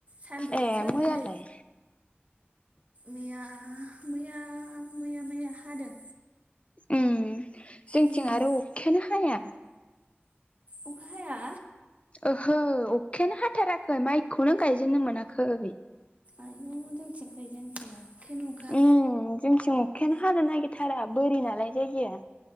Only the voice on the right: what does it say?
सान्दुंसो
दिनै। मैया मैया मैया मैया हादों।
ओम
अखा हाया।
आयु जोंनिथिं फै जोंनिथिं अखायानो अखा।